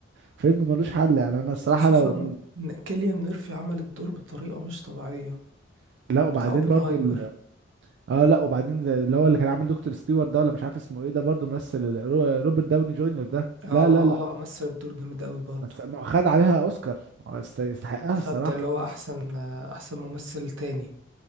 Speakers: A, on the right; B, on the right.
A: فيلم ملوش حل يعني انا الصراحه
B: خصوصا
A: لو من
B: ان كيليان ميرفي عمل الدور بطريقه مش طبيعيه
A: لا وبعدين
B: بتاع اوبنهايمر
A: برضو ال... اه لا وبعدين زي اللي هو اللي كان عامل دكتور ستيوارت ده ولا مش عارف اسمه ايه ده برضو ممثل ال- رو- روبرت داوني جونيور ده
B: اه
A: لا لا
B: اه
A: لا
B: آه، مثل الدور جامد قوي برضه
A: بس ما هو خد عليها اوسكار هو يست- يستحقها
B: خد
A: الصراحه
B: ده اللي هو احسن احسن ممثل تاني